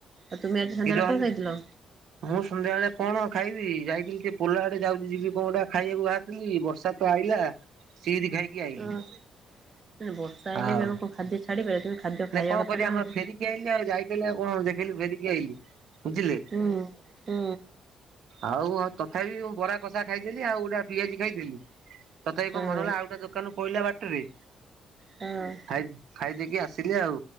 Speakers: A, on the right; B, on the right.
A: ଆଉ ତୁମେ ଆଜି ସନ୍ଧ୍ୟାବେଳେ
B: କ୍ଷୀର ହେଲେ
A: କଣ ଖାଇଥିଲ?
B: ମୁଁ ସନ୍ଧ୍ୟାବେଳେ କଣ ଖାଇବି ଯାଇଥିଲି ସେ ପୋଲ ଆଡେ ଯାଉଚି ଯିବି କଣ୍ ଗୋଟେ ଖାଇବାକୁ ବାହାରଥିଲି ବର୍ଷା ତ ଆଇଲା ସିଦି ଖାଇକି ଆଇଲି
A: ଅ ବର୍ଷା ହେଲେ
B: ଆଉ
A: ବି ଆମେ ଖାଦ୍ୟ ଛାଡିବେ କିନ୍ତୁ ଖାଦ୍ୟ ଖାଇବା
B: ନା କଣ
A: କଥା
B: କରିବା ଆମର
A: ଆଉ
B: ଫେରିକି ଆଇଲି ଆଉ ଯାଇଥିଲି ଆଉ କଣ ଦେଖିଲି ଫେରିକି ଆଇିଲି। ବୁଝିଲେ।
A: ହୁଁ ହୁଁ।
B: ଆଉ ତଥାପି ମୁଁ ବରା କଷା ଖାଇଥିଲି ଆଉ ଗୋଟେ ପିଆଜି ଖାଇଥିଲି। ତଥାପି
A: ହଁ
B: କଣ ମନ ହେଲା ଆଉ ଗୋଟେ ଦୋକାନ ପଇଲା ବାଟରେ
A: ହଁ।
B: ଖାଇ ଖାଇଦେଇକି ଆସିଲି ଆଉ